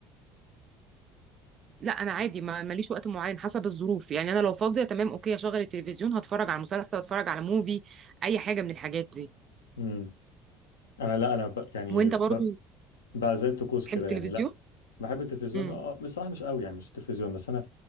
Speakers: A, on the right; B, on the left.
A: لا انا عادي ما ماليش وقت معين حسب الظروف يعني انا لو فاضيه تمام اوكي هشغل التلفزيون هتفرج على مسلسل هتفرج على موفي اي حاجه من الحاجات دي
B: امم انا لا انا ب... يعني
A: وانت
B: ب...
A: برضو
B: بقى زي الطقوس
A: بتحب
B: كده
A: التلفزيون
B: يعني لا بحب التلفزيون
A: امم
B: اه مش صح مش قوي يعني مش التلفزيون بس انا